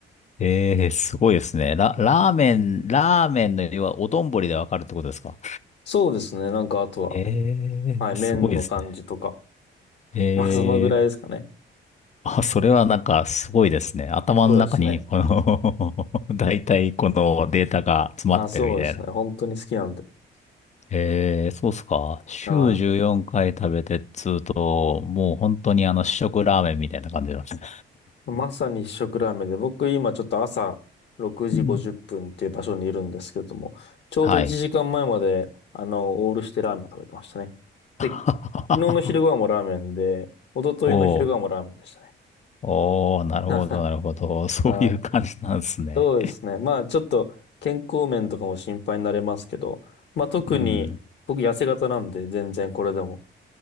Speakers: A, on the left; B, on the left.
A: えー、すごいですね。ラ、ラーメン、ラーメンの要は、お丼でわかるってことですか
B: そうですね。なんかあとは。
A: え
B: はい、
A: ー、
B: 麺の感じとか。
A: すごいですね。
B: <laughs>
A: え
B: まあ、そのぐらいですかね。
A: ーあ、それはなんかすごいですね。頭の中に、
B: そうですね。
A: この <laughs> 大体このデータが詰まってるみたいな。
B: あ、そうですね。本当に好きなんで。
A: えー、そうっすか。週14回食べてっつうと、
B: は
A: もう本当にあの試食ラーメンみたいな感じですね。
B: い。まさに一食ラーメンで、僕今ちょっと朝6時50分っぷんっていう場所にいるんですけれども、
A: うん
B: ちょうど1時間前まえまで、
A: はい。
B: あの、オールしてラーメンを食べてましたね。で、
A: <laughs>
B: 昨日の昼ご飯もラーメンで、一昨日の昼ご飯もラーメンでしたね。
A: おー、おー、なるほど、
B: <laughs>
A: なるほど。そういう感じなんですね。
B: はい。そうですね。まあ、ちょっと健康面とかも心配になれますけど、まあ、特に僕痩せ型なんで、
A: うん。
B: 全然これでも。